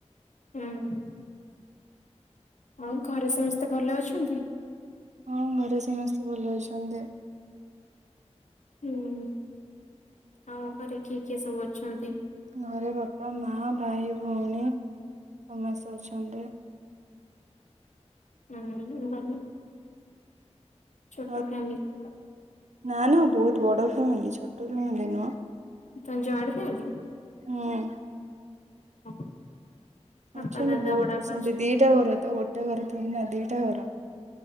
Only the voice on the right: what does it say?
ହଁ ଘରେ ସମସ୍ତେ ଭଲ ଅଛନ୍ତି।
ଘରେ ବାପା ମା ଭାଇ ଭଉଣୀ ସମସ୍ତେ ଅଛନ୍ତି।
ଆଉ
ନା ନା ବହୁତ ବଡ ଫ୍ୟାମିଲି ଛୋଟ ଫ୍ୟାମିଲି ନୁହଁ।
ହୁଁ।
ଅଛନ୍ତି
ବହୁତ
ଅଛନ୍ତି ଦିଟା ଘର ତ ଗୋଟେ ଘର ଥୋଡିନା ଦିଟା ଘର।